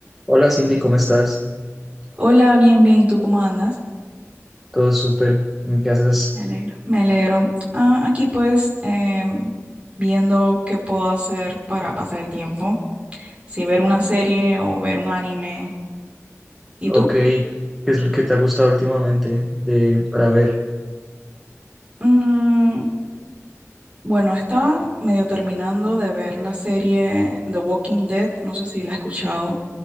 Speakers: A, in the centre; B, on the right (about 25°).
A: Hola Cindy, ¿cómo estás?
B: Hola, bien, bien. ¿Y tú cómo andas?
A: Todo súper. ¿Qué haces?
B: Me alegro. Me alegro. Ah, aquí pues em, viendo qué puedo hacer para pasar el tiempo. Si ver una serie o ver un anime. ¿Y
A: Ok,
B: tú?
A: ¿qué es lo que te ha gustado últimamente de, para ver?
B: Mm, bueno, estaba medio terminando de ver la serie The Walking Dead. No sé si la has escuchado.